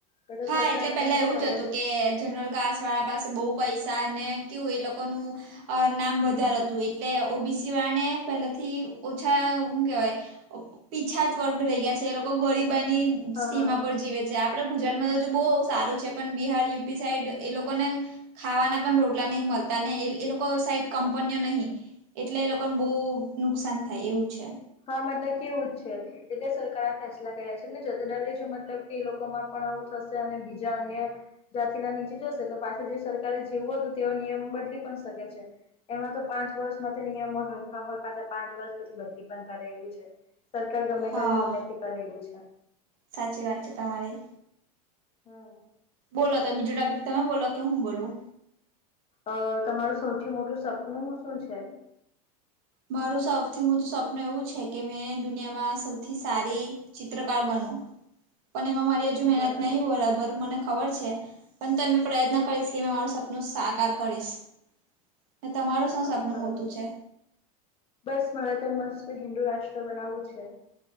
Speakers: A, on the left; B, on the right.
A: તો તો
B: હા
A: સરકાર
B: એટલે પેલા
A: પણ
B: એવું
A: ચાહે
B: જ હતું કે જનરલ ઘાસ વાળા પાસે બહુ પૈસા ને કેવું એ લોકોનું અ નામ વધારે હતું એટલે ઓબીસી વાને પહેલાથી ઓછા હુ કેહેવાય અ પીછાત વર્ગ રહી ગ્યા છે એ લોકો ગરીબાની
A: હા
B: સીમા
A: હા
B: પર જીવે છે આપડે ગુજરાત મરજુ બઉ સારું છે પન બિહાર, યુપી સાઈડ એ લોકો ને ખાવાના પન રોટલા નહી મલતા ને એ એ લોકો સાઈડ કંપનીઓ નહી. એટલે એ લોકોન બહુ નુકસાન થાય એવું છે.
A: હા મતલબ કેવું જ છે. એટલે સરકાર ફેસલા કર્યા છે જતેદારી જો મતલબ કે એ લોકોમાં પણ આવું થશે અને બીજા અન્ય જાતિના નીચે જશે તો પાછી જે સરકારે જેવું હતું તેવો નિયમ બદલી પણ શકે છે. એમાં તો પાંચ વર્ષ માટે નિયમો હલકા હોતા છે પાંચ વર્ષ પછી બદલી પન કરે એવું છે, સરકાર ગમે
B: હા
A: તારે ગમે તે કરે એવું છે.
B: સાચી વાત છે તમારી.
A: હમ.
B: બોલો તો બીજું ટોપીક તમે બોલો કે હું બોલું.
A: અ તમારું સૌથી મોટું સપનું શું છે?
B: મારું સૌથી મોટું સપનું એવું છે કે મેં દુનિયામાં સૌથી સારી ચિત્રકાર બનું. પન એમાં મારી હજુ મહેનત
A: બરાબર
B: નહી બરાબર મને ખબર છે. પણ તોય મે પ્રયત્ન કરીશ કે મારું સપનું સાકાર કરીશ. ને તમારું
A: હા
B: શું
A: હા
B: સપનું
A: બરાબર.
B: મોટું છે
A: બસ મારે તો મસ્ત હિન્દુ રાષ્ટ્ર બનાવવું છે.